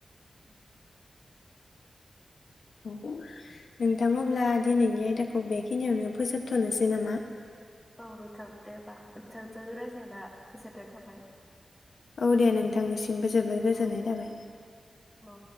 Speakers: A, in the centre; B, on the left (about 70°).
A: उम्म
B: नोंथां अब्ला दिनैनि आयदाखौ बेखिनियावनो फोजोबथनोसै नामा?
A: औ नोंथां दे होबा नोंथांजों रायज्लायना गोजोननाय थाबाय।
B: औ दे नोंथांनिसिमबो जोबोर गोजोननाय
A: औ दे
B: थाबाय।
A: औ